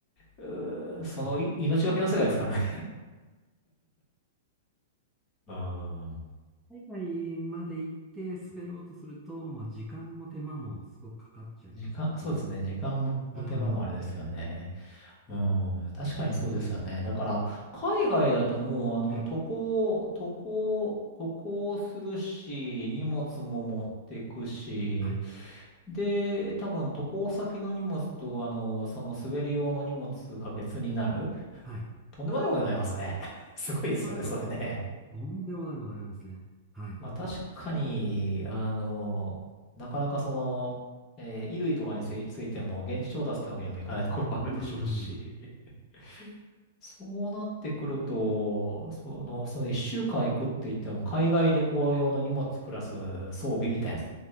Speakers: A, on the left (about 35°); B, in the centre.
A: うーそのい命がけの世界ですからね。
B: うん
A: うん。
B: 海外まで行って滑ろうとすると、まあ、時間も手間もすごくかかっちゃいますし、
A: 時間、そうですね。時間も手間もあれですよね。
B: うん。
A: うん。確かにそうですよね。だから、海外だともう、あの、
B: はい、
A: 渡航、渡航、渡航するし、荷物も持ってくし、
B: はい、
A: で、多分渡航先の荷物と、あの、その滑り用の荷物が別になる。
B: はい。
A: とんでもないことになりますね。<laughs> すごいですよね、
B: えっとんでもないこと、
A: それね。
B: とんでもないことになりますね。はい。
A: まあ確かに、あの、なかなかその、えー衣類とかについついても現地調達ってわけにもいかないところはあるでしょうし、
B: うーん。
A: <laughs> そうなってくると、その、その一週間行くって言っても、海外旅行用の荷物プラス装備みたいな。
B: 出る。